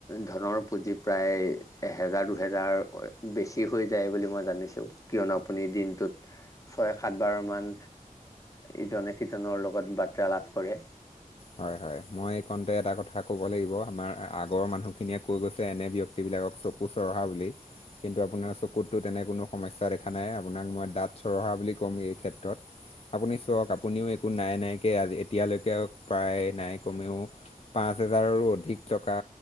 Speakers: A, on the left; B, on the left.
A: ধনৰ পুঁজি প্ৰায় এহেজাৰ দুহেজাৰ বেছি হৈ যায় বুলি মই জানিছো কিয়নো আপুনি দিনটোত ছয় সাত বাৰমান ইজনে সিজনৰ লগত বাৰ্তা লাভ কৰে।
B: হয় হয় মই এই কণতে এটা কথা ক'ব লাগিব আমাৰ আগৰ মানুহখিনিয়ে কৈ গৈছে এনে ব্যক টি বিলাকক চকু চৰহা বুলি কিন্তু আপোনাৰ চকুততো তেনে কোনো সমস্যা দেখা নাই আপোনাক মই দাঁত চৰহা বুলি কম এই ক্ষেত্ৰত, আপুনি চাওক আপুনিও একো নাই নাইকে আজি এতিয়ালৈকে প্ৰায় নাই কমেও পাঁচ হেজাৰৰো অধিক টকা